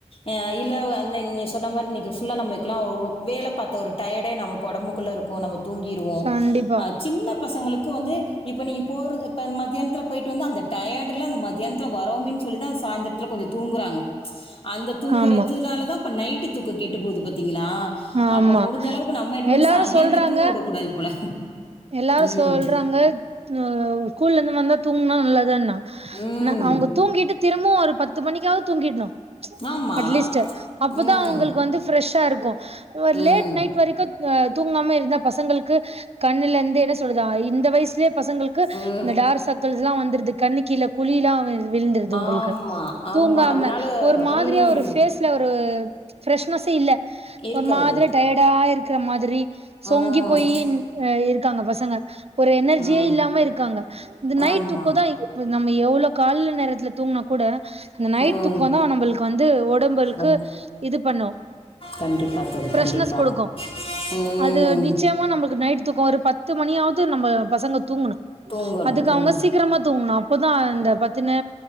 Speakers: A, on the left; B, on the right.
A: அ இல்ல அந் நீ சொன்ன மாரி இன்னிக்கு ஃபுல்லா நம்ம இதுக்குல்லா ஒரு வேல பாத்த ஒரு டயர்டே நமக்கு ஒடம்புக்கு குள்ள இருக்கு நம்ம தூங்கிறுவோ
B: கண்டிப்பா
A: சின்ன பசங்களுக்கு வந்து இப்ப நீங்க போற பன் மதியானத் க்குல போயிட்டு வந்து அந்த டயர்டல அந்த மதியானத்தில வரோமே சொல்லிதான் சாயந்திரத்தில கொஞ்சம் தூங்குறாங்க அந்த தூங்குறதுனாலதான்
B: ஆமா
A: இப்ப நைட்டு தூக்கோ கேட்டு போது பத்தி யிளா
B: ஆமா
A: அப்போ முடிஞ்ச அளவுக்கு நம்ம இனிமேட்
B: எல்லாரு சொல்றாங்க
A: எந்த தூங்க உடக்கூடாது போல
B: எல்லாரு
A: ம்
B: சொல்றாங்க அ ஸ்கூல்ருந்து வந்தா தூங்ன்னா நல்லதுன்னா
A: ம்
B: நா அவுங்க தூங்கிட்டு துர இல்ல ஒரு பத்து மணிக்காவது தூங்கிர்ணு
A: ஆமா
B: அட்லீஸ்ட்டு அப்பதா
A: ம்
B: அவங்களுக்கு வந்து ஃப்ரெஷா இருக்கு ஒரு
A: ம்
B: லேட் நைட் வரைக்கு தூங்காம இருந்தா பசங்களுக்கு கண்ணுலருந்து என்ன சொல்லுவாங்க இந்த வயசுலயே பசங்களுக்கு
A: ம்
B: இந்த டார்க் சர்க்கிள்ஸ்ல்லா வந்துருது கண்ணுக் கீழ் குழிலா வந் விழுந்துருது அவுங்களுக்கு
A: ஆமா ஆமா
B: தூங்காம
A: அதனால
B: ஒரு மாதிரியா
A: ம்
B: ஒரு ஃபேஸ்ல ஒரு ஃப்ரெஷ்னஸெ இல்ல
A: இருக்காது
B: ஒரு மாதிரி டயர்ட்டா ஆயிரு இருக்குற மாதிரி சொங்கி
A: ம்
B: போயி அ இருக்காங்க பசங்க ஒரு எனர்ஜியே
A: ம்
B: இல்லாம இருக்காங்க இந்த நைட்
A: ஆமா
B: தூக்க தா நம்ம எவ்ளோ கால்ல நேரத்துல தூங்குனா கூட அந்த நைட்
A: ம்
B: தூக்கே தா நம்பளுக்கு வந்து ஒடம்புளுக்கு
A: ஆம்.
B: இது பண்ணு
A: கண்டிப்பா தோழி
B: ஃப்ரெஷ்னஸ்
A: கண்டிப்பா
B: குடுக்கு
A: ம்
B: அது நிச்சயமா நம்பளுக்கு நைட் இப்ப ஒரு பத்து மணியாவது நம்ம பசங்க தூங்கணு
A: தூங்கணும்
B: அதுக்கு
A: தூங்கணும்
B: அவங்க சீக்கிரமா தூங்கணு அப்பதா இந்த பத்து நே